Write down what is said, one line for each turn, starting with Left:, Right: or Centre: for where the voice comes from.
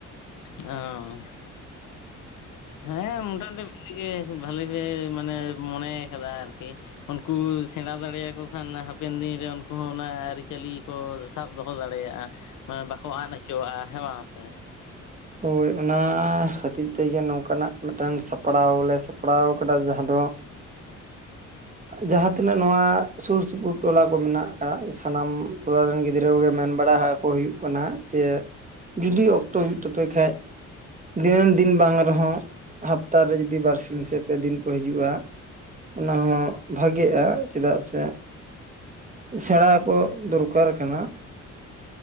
Left: ᱚᱸ, ᱦᱮᱸ ᱢᱚᱴᱟ ᱢᱩᱴᱤ ᱩᱱᱤ ᱜᱮ, ᱵᱷᱟᱞᱤ ᱜᱮ ᱢᱟᱱᱮ ᱢᱚᱱᱮ ᱠᱟᱫᱟ ᱟᱨᱠᱤ? ᱩᱱᱠᱩ ᱥᱮᱬᱟ ᱫᱟᱲᱮᱭᱟᱠᱚ ᱠᱷᱟᱱ, ᱦᱟᱯᱮᱱ ᱫᱤᱱᱨᱮ ᱩᱱᱠᱩ ᱦᱚᱸ, ᱚᱱᱟ ᱟᱹᱨᱤᱪᱟᱹᱞᱤ ᱠᱚ ᱥᱟᱵ ᱫᱚᱦᱚ ᱫᱟᱲᱮᱭᱟᱜᱼᱟ, ᱢᱟᱱᱮ ᱵᱟᱠᱚ ᱟᱫ ᱦᱚᱪᱚᱣᱟᱜᱼᱟ, ᱦᱮᱸ ᱵᱟᱝ ᱥᱮ?
Right: ᱦᱳᱭ ᱚᱱᱟ ᱠᱷᱟᱹᱛᱤᱨ ᱛᱮᱜᱮ, ᱱᱚᱝᱠᱟᱱᱟᱜ ᱢᱤᱫᱴᱮᱱ ᱥᱟᱯᱲᱟᱣ ᱞᱮ, ᱥᱟᱯᱲᱟᱣ ᱠᱟᱫᱟ ᱡᱟᱦᱟᱸ ᱫᱚ
Left: <unintelligible> <inaudible>
Right: ᱡᱟᱦᱟᱸ ᱛᱤᱱᱟᱹᱜ ᱱᱚᱶᱟ, ᱥᱩᱨ ᱥᱩᱯᱩᱨ ᱴᱚᱞᱟ ᱠᱚ ᱢᱮᱱᱟᱜ-ᱟ, ᱥᱟᱱᱟᱢ ᱴᱚᱞᱟ ᱨᱮᱱ ᱜᱤᱫᱽᱨᱟᱹ ᱠᱚᱜᱮ ᱢᱮᱱ ᱵᱟᱲᱟ ᱠᱚ ᱦᱩᱭᱩᱜ ᱠᱟᱱᱟ ᱡᱮ, ᱡᱩᱫᱤ ᱚᱠᱛᱚ ᱦᱩᱭᱩᱜ ᱛᱟᱯᱮ ᱠᱷᱟᱡ ᱫᱤᱱᱟᱹᱢ ᱫᱤᱱ ᱵᱟᱝ ᱨᱮᱦᱚᱸ, ᱦᱟᱯᱛᱟ ᱨᱮ ᱡᱩᱫᱤ ᱵᱟᱨᱥᱤᱧ ᱥᱮ, ᱯᱮ ᱫᱤᱱ ᱠᱚ ᱦᱤᱡᱩᱜᱼᱟ᱾ ᱚᱱᱟ ᱦᱚᱸ ᱵᱷᱟᱜᱮᱜᱼᱟ, ᱪᱮᱫᱟᱜ ᱥᱮ ᱥᱮᱬᱟ ᱠᱚ ᱫᱚᱨᱠᱟᱨ ᱠᱟᱱᱟ᱾